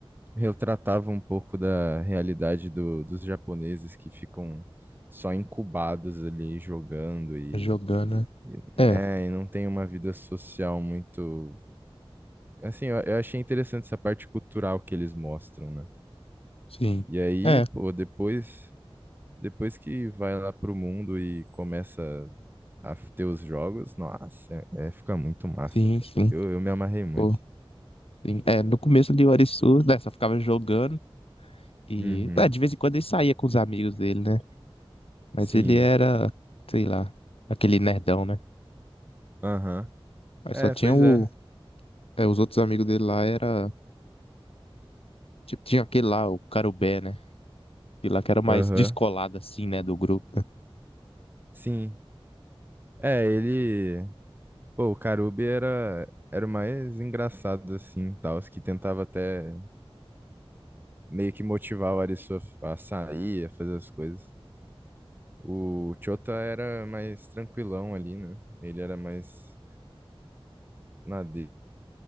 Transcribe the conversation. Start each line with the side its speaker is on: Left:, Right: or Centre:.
Right: retratava um pouco da realidade do- dos japoneses que ficam só incubados ali jogando e,
Left: Jogando, né?
Right: e-
Left: É,
Right: é, e não tem uma vida social muito. Assim, eu, eu achei interessante essa parte cultural que eles mostram, né?
Left: sim.
Right: E aí,
Left: É,
Right: pô, depois, depois que vai lá pro mundo e começa a ter os jogos, nossa, é, é- fica muito massa,
Left: sim,
Right: cara.
Left: sim.
Right: Eu, eu me amarrei muito.
Left: Pô, sim. É, no começo de Warisu, né, só ficava jogando e,
Right: Uhum,
Left: ah, de vez em quando ele saía com os amigos dele, né? Mas
Right: sim,
Left: ele era, sei lá, aquele nerdão, né?
Right: aham.
Left: Mas
Right: É,
Left: só tinha
Right: pois
Left: o,
Right: é,
Left: é, os outros amigos dele lá era Tipo, tinha aquele lá, o Carubé, né? Aquele lá que era mais
Right: aham,
Left: descolado, assim, né, do grupo.
Right: sim. É, ele, pô, o Karubi era, era o mais engraçado, assim, tal, os que tentava até meio que motivar o Arisu a a sair, a fazer as coisas. O Chota era mais tranquilão ali, né? Ele era mais na dele.